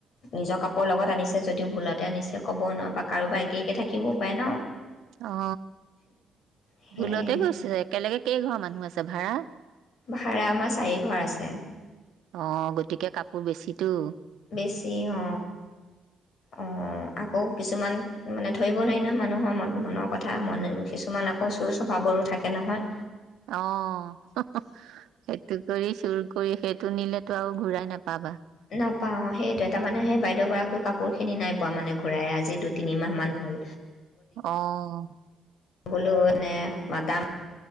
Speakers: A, on the left; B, on the right.
A: নিজৰ কাপোৰ লগত আনিছে যদিও ভুলতে আনিছে ক'ব নোৱাৰা কাৰোবাৰ একে একে থাকিবও পাৰে ন
B: অ
A: সেয়াই
B: ভুলতে গৈছে একেলগে কেইঘৰ মানুহ আছে ভাৰাা
A: ভাড়া আমাৰ চাৰি ঘৰ আছে
B: অ গতিকে কাপোৰ বেছিিতো
A: বেছি অ অ আকৌ কিছুমান মানে ধৰিব নোৱাৰি নহয় মানুহৰ মন মনৰ কথা মন কিছুমান আকৌ চুৰ স্বভাৱৰো থাকে নহয়
B: অ সেইটো কৰি চুৰ কৰি সেই তো নিলেতো আৰু ঘূৰাই নাপাবা
A: নাপাও সেইটোে তাৰ মানে সেই বাইদেউ গৰাকীও কাপোৰ খিনি নাই পোৱা মানে ঘূৰাই আজি দুই তিনিমাহ মান হ'ল
B: আহ
A: বলেও এনেে মাতা